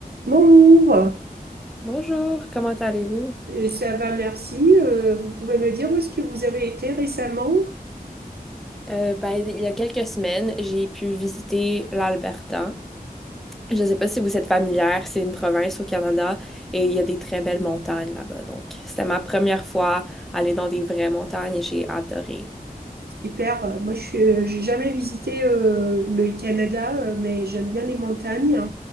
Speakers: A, on the right; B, in the centre.
A: Bonjour,
B: Bonjour, comment allez-vous?
A: Euh, ça va, merci. Euh, vous pouvez me dire où est-ce que vous avez été récemment?
B: Euh, ben, il y a quelques semaines, j'ai pu visiter l'Alberta. Je ne sais pas si vous êtes familière, c'est une province au Canada et il y a des très belles montagnes là-bas. Donc, c'était ma première fois aller dans des vraies montagnes et j'ai adoré.
A: Super, Euh, moi je n'ai jamais visité euh, le Canada, euh, mais j'aime bien les montagnes.